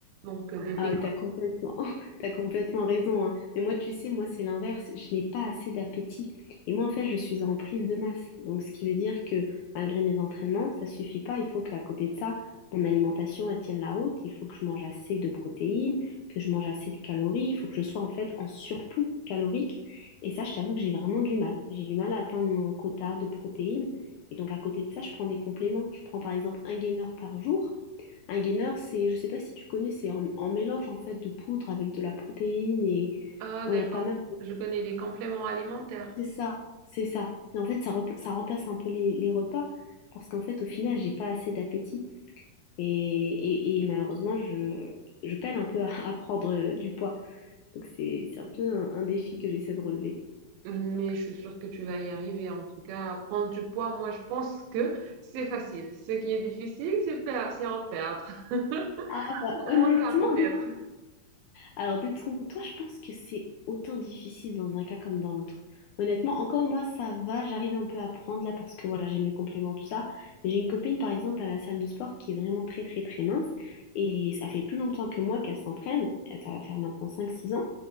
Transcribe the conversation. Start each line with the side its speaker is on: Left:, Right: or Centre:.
Right: Donc, euh, d'été.
Left: Ah, t'as complètement, <laughs> t'as complètement raison, hein. Mais moi, tu sais, moi, c'est l'inverse. Je n'ai pas assez d'appétit. Et moi, en fait, je suis en prise de masse. Donc, ce qui veut dire que malgré mes entraînements, ça suffit pas. Il faut qu'à côté de ça, mon alimentation, elle tienne la route. Il faut que je mange assez de protéines, que je mange assez de calories. Il faut que je sois, en fait, en surplus calorique. Et ça, je t'avoue que j'ai vraiment du mal. J'ai du mal à atteindre mon quota de protéines. Et donc, à côté de ça, je prends des compléments. Je prends, par exemple, un gainer par jour. Un gainer, c'est, je sais pas si tu connais, c'est en, en mélange en fait de poudre avec de la protéine et
Right: Ah,
Left: bon,
Right: d'accord.
Left: il y a pas mal.
Right: Je connais des compléments alimentaires.
Left: C'est ça, c'est ça. Et en fait, ça, repla- ça remplace un peu les, les repas parce qu'en fait, au final, j'ai pas assez d'appétit et, et- et malheureusement, je, je peine un peu à, à prendre euh, du poids. Donc c'est, c'est un peu un, un défi que j'essaie de relever.
Right: Mais je suis sûre que tu vas y arriver. En tout cas, prendre du poids, moi, je pense que c'est facile. Ce qui est difficile, c'est per- c'est en perdre. <laughs>
Left: Ah bah
Right: Pour
Left: honnêtement,
Right: mon cas, peut-être.
Left: Alors, détrompe-toi, je pense que c'est autant difficile dans un cas comme dans l'autre. Honnêtement, encore moi, ça va, j'arrive un peu à prendre là parce que voilà, j'ai mes compléments, tout ça. Mais j'ai une copine, par exemple, à la salle de sport qui est vraiment très, très, très mince. Et ça fait plus longtemps que moi qu'elle s'entraîne. Elle- Ça va faire maintenant cinq, six ans.